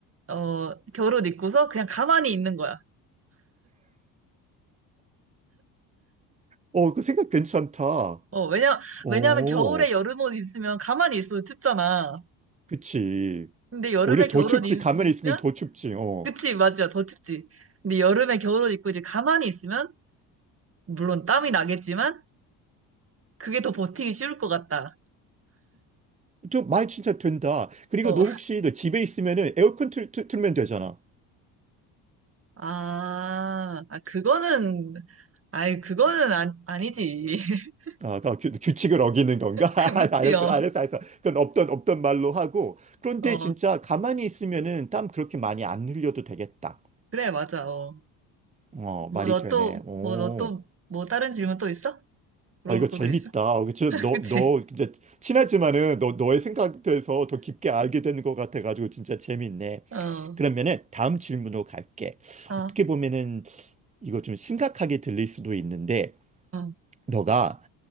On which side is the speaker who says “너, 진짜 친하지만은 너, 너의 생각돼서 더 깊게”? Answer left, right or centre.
Right